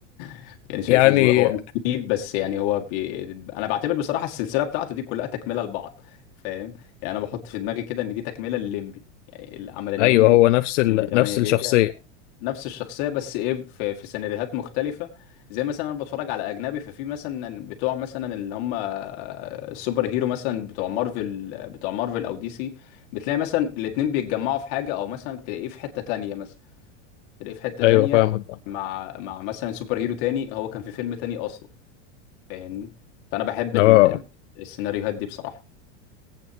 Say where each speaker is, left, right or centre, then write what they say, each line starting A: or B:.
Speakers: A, on the left (about 55°); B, on the left (about 80°).
A: <laughs> يعني شايفه
B: يعني
A: جو- هو مش جديد بس يعني هو بي... انا بعتبر بصراحه السلسله بتاعته دي كلها تكمله لبعض فاهم يعني انا بحط في دماغي كده ان دي تكمله لليمبي يعني اللي عمل الليمبي
B: ايوه هو نفس ال...
A: الليمبي 8
B: نفس
A: جيجا
B: الشخصيه
A: نفس الشخصيه بس ايه في في سيناريوهات مختلفه زي مثلا انا بتفرج على اجنبي ففي مثلا بتوع مثلا اللي هم السوبر هيرو مثلا بتوع مارفل بتوع مارفل او دي سي بتلاقي مثلا الاتنين بيتجمعوا في حاجه او مثلا تلاقيه في حته تانية مثلا تلاقيه في حته
B: ايوه
A: تانية
B: فاهمك
A: مع مع مثلا سوبر هيرو تاني هو كان في فيلم تاني اصلا فاهمني فانا بحب
B: اه
A: ال... ال- السيناريوهات دي بصراحه